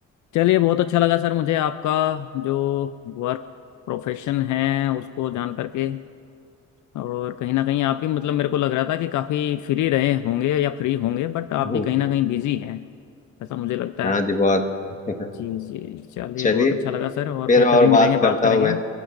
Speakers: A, on the left; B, on the left.
A: चलिए बहुत अच्छा लगा सर मुझे आपका जो वर्क प्रोफेशन है उसको जान करके और कहीं ना कहीं आप भी मतलब मेरे को लग रहा था कि काफ़ी फ्री रहे होंगे या फ्री होंगे बट आप
B: हम्म।
A: भी कहीं ना कहीं बिजी हैं ऐसा मुझे लगता
B: हाँ
A: है
B: जी बहुत <laughs>
A: जी जी चलिए
B: चलिए
A: बहुत अच्छा लगा सर और
B: फिर
A: फिर कभी
B: और
A: मिलेंगे
B: बात करता
A: बात करेंगे
B: हूँ मैं